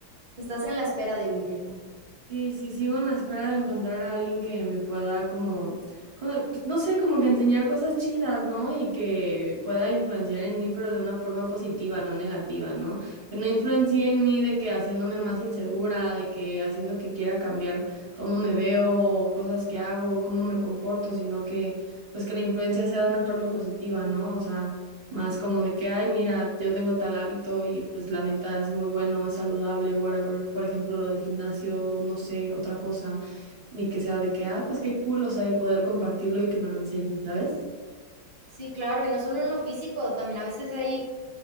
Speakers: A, on the right; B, on the right.
A: estás en la espera de vivirlo.
B: Sí, sí, sigo en la espera de encontrar a alguien que me pueda como, como- pues, no sé, como que enseñar cosas chidas, ¿no? Y que pueda influenciar en mí, pero de una forma positiva, no negativa, ¿no? Que no influencie en mí de que haciéndome más insegura, de que haciendo que quiera cambiar cómo me veo, cosas que hago, cómo me comporto, sino que pues que la influencia sea de una forma positiva, ¿no? O sea... Más como de que, ay, mira, yo tengo tal hábito y pues la neta es muy bueno, es saludable, whatever. Por ejemplo, lo del gimnasio, no sé, otra cosa. Y que sea de que, ah, pues qué cool, o sea, y poder compartirlo y que me lo enseñen, ¿sabes?
A: Sí, claro, y no solo en lo físico, también a veces hay